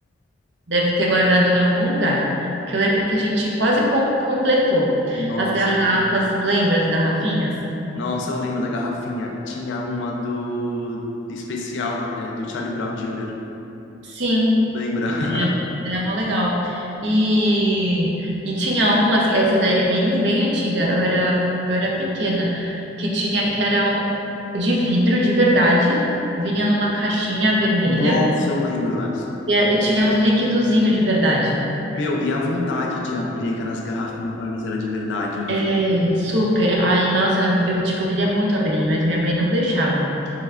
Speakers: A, on the right (about 65°); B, on the left (about 85°).
A: deve ter guardado em algum lugar. Porque eu lembro que a gente quase com- completou.
B: Nossa.
A: As garrafas, lembra as garrafinhas?
B: Nossa, eu lembro da garrafinha. Tinha uma do especial, é, do Charlie Brown Jr.
A: Sim,
B: Lembra? <laughs>
A: É, Era mó legal. E, e tinha umas, essa daí é bem, bem antiga. Eu era, eu era pequena, que tinha, que era um de vidro de verdade, vinha numa caixinha vermelha
B: Nossa, eu lembro essa.
A: e, é- e tinha uns liquidozinhos de verdade.
B: Meu, e a vontade de abrir aquelas garrafinhas para ver se era de verdade o refrigerante.
A: É, super. Aí, nossa, eu tipo queria muito abrir, mas minha mãe não deixava.